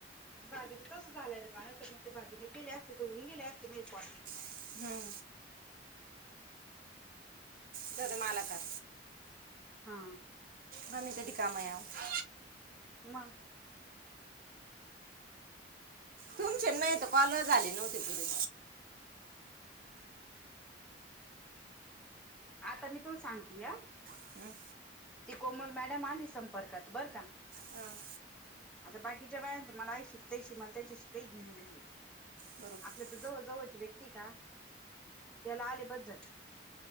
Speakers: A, in the centre; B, on the right.
A: दहावीचं तस झालं रे बाळ! तर मग ते भाभीने केले असते तर होऊन गेले असते म पॉ
B: हम्म हम् ते होते मालाकार
A: हा!
B: मग मी कधी काम <unintelligible>
A: मग,
B: तुमचे आणि माझे कालच झाले नव्हते पुरे,
A: आता मी तुला सांगते या,
B: हं,
A: ती कोमल मॅडम आली संपर्कात बरं का!
B: हं,
A: आता बाकीच्याे बा आहे मला शिकतायशी मला त्यांच्याशी काही घेणं नाही
B: बरोबर
A: आपलं जव जवची व्यक्ती का त्याला आले पच झाले.